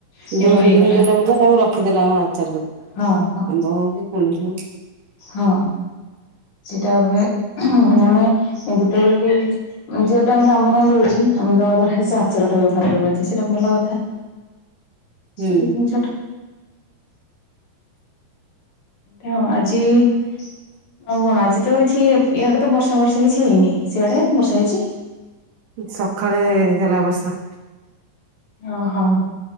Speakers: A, on the left (about 60°); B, on the right (about 70°).
A: ସେ
B: ଯୋଉ
A: ରହିଗଲା
B: ସିଜିନ ରେ ଯୋଉଟା ମିଲା ତାଙ୍କୁ ରଖିଦେଲା ଆମେ ଆଚାର କରିକି
A: ହଁ ହଁ
B: ଆମ୍ବ ହଉ କି କୋଳି ହଉ।
A: ହଁ ସେଇଟା ଏବେ ମାନେ ଯେତେବେଳେ ବି ଯୋଉ ଟାଇମ୍ ଟା ଆମ୍ବ ନ ମିଳୁଚି ଆମେ ବଦଳରେ ସେ ଆଚାରଟା ବ୍ୟବହାର କରି ପରୁଚେ ସେଇଟା ଭଲ କଥା।
B: ହୁଁ।
A: ଏଇ ତିନି ଛଟ ହଁ ଆଜି ଆଉ କଣ ଆଜି ତ କିଛି ଏପ୍ ଇଆଡେ ତ ବର୍ଷା ଫର୍ଷା କିଛି ହେଇନି ସେଆଡ଼େ ବର୍ଷା ହେଇଚି?
B: ସଖାଳେ ହେଇଥିଲା ବର୍ଷା।
A: ଓହୋ